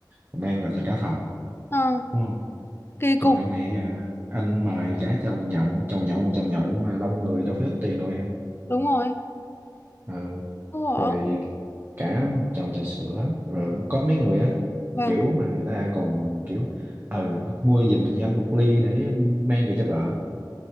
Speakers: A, on the right (about 30°); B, on the left (about 30°).
A: mang vào cho cả phòng
B: ờ,
A: đúng không
B: kỳ
A: còn
B: cục
A: đằng này à, anh mời cả chầu nhậu chầu nhậu một chầu nhậu mà đông người đâu phải ít tiền đâu em
B: đúng rồi.
A: Ờ,
B: Ủa,
A: rồi cả một chầu trà sữa rồi có mấy người á
B: vâng.
A: kiểu mà người ta còn kiểu ừ mua giùm cho anh một ly để anh mang về cho vợ